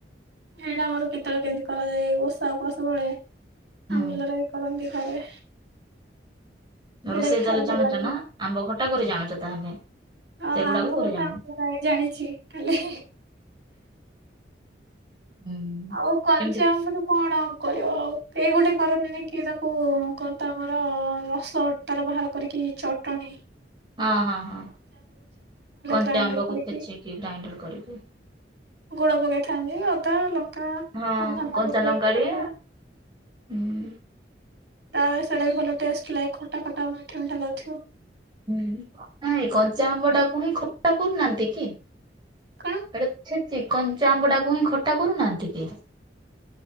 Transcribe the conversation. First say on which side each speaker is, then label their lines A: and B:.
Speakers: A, on the right; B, on the right.
A: ଏଇଟା ଆମର କେତେବେଳେ କେମିତି କରାଯାଏ ଓଷା। କସବେଳେ
B: ହୁଁ
A: ଆମ୍ବୁଲ ରାଇ କରନ୍ତି। ଘରେ। ସେଇଟା
B: ରୋଷେଇ
A: ବି ଖାଇବାକୁ
B: ତାହେଲେ
A: ଭଲ
B: ଜାଣୁଛ
A: ଲାଗେ
B: ନା ଆମ୍ବ ଖଟା କରି ଜାଣୁଛ ତାହେଲେ।
A: ହଁ
B: ସେଗୁଡାକୁ
A: ଆମ୍ବ
B: କରି
A: ଗୋଟେ
B: ଜାଣୁନ।
A: ଆ ଭାଇ ଜାଣିଛି କାଲି।
B: ହୁଁ
A: ଆଉ କଞ୍ଚାଆମ୍ବରୁ
B: କେମିତି
A: କଣ? କରିବ ଆଉ କେହି ଗୋଟେ କରନ୍ତିନି କିଏ ତାକୁ କହନ୍ତା ଆମର ରସ ତାର ବାହାର କରିକି ଚଟଣୀ।
B: ହଁ ହଁ ହଁ କଞ୍ଚା
A: ଗ୍ରାଇଣ୍ଡର
B: ଆମ୍ବକୁ
A: କରିକି
B: ଛେଚିକି ଗ୍ରାଇଣ୍ଡର କରିକି।
A: ଗୁଡ଼ ପକେଇଥାନ୍ତି ଅଦା ଲଙ୍କା
B: ହଁ
A: ଆଉ ଧନିଆ
B: କଞ୍ଚା
A: ପତ୍ର
B: ଲଙ୍କା
A: ପକେଇଥାନ୍ତି
B: ଟିକେ ହୁଁ।
A: ତାପରେ ସେଇଟା ବି ଭଲ ଟେଷ୍ଟ ଲାଗେ ଖଟା ଖଟା ମିଠା ମିଠା ଲାଗୁଥିବ।
B: ହୁଁ ନ କଞ୍ଚା ଆମ୍ବ ଟାକୁ ହିଁ ଖଟା କରୁନାହାନ୍ତି କି?
A: କଣ
B: <unintelligible> କଞ୍ଚା ଆମ୍ବଟାକୁ ହିଁ ଖଟା କରୁନାହାନ୍ତି କି?